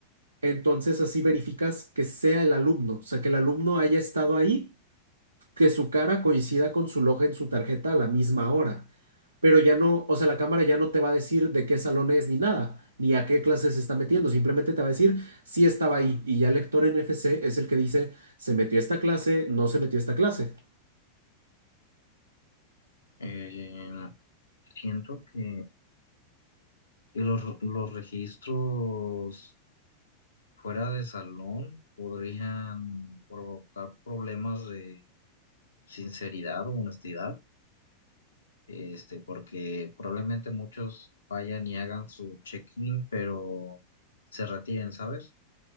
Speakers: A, on the right; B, on the left.
A: Entonces así verificas que sea el alumno, o sea, que el alumno haya estado ahí, que su cara coincida con su loja en su tarjeta a la misma hora. Pero ya no, o sea, la cámara ya no te va a decir de qué salón es ni nada, ni a qué clase se está metiendo, simplemente te va a decir si estaba ahí. Y ya el lector NFC es el que dice, se metió a esta clase, no se metió a esta clase.
B: eh, siento que los, los registros fuera de salón podrían provocar problemas de sinceridad o honestidad, este, porque probablemente muchos vayan y hagan su check-in, pero se retiren, ¿sabes?